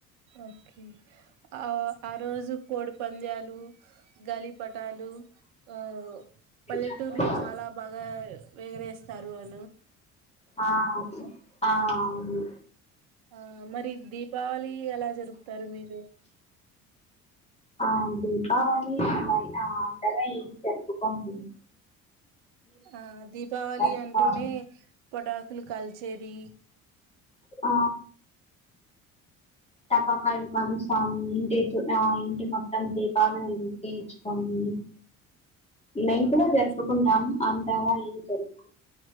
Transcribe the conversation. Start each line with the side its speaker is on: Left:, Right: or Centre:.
Right: ఓకే ఆ ఆ రోజు కోడి పంద్యాలు గలి పటాలు ఆ పల్లెటూరులో
Left: జరుపుకుంటాం
Right: చాలా బాగా వేగరేస్తారు అ
Left: ఆ ఆ అవును
Right: ఆ మరి దీపావళి ఎలా జరుపుతారు మీరు
Left: ఆ దీపావళి అనన్ ఆ అంతగా ఏం జరుపుకొం మ్
Right: ఆ దీపావళి
Left: దీపావళి
Right: అంటూనే పట సులు కాల్చేది
Left: ఆ టపాకాయలు కలుస్తాం ఇంటి ఆ ఇంటి మొత్తం దీపాలను వెలిగించుకొని మేము కూడా
Right: ఓకే
Left: జరుపుకుంటాము అంతగా ఏం జరుపు